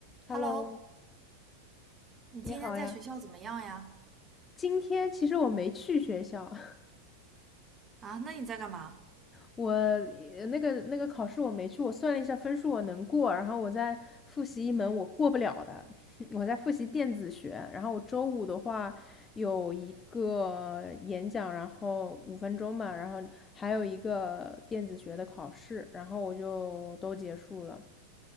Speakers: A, on the right; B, on the left.
A: Hello，
B: Hello，
A: 你今天在学校怎么样呀？
B: 你好呀。今天其实我没去学校，<laughs>
A: 啊，那你在干嘛？
B: 我呃那个那个考试我没去，我算了一下分数我能过，然后我在复习一门我过不了的，<laughs> 我在复习电子学。然后我周五的话有一个演讲，然后五分钟吧，然后还有一个电子学的考试，然后我就都结束了。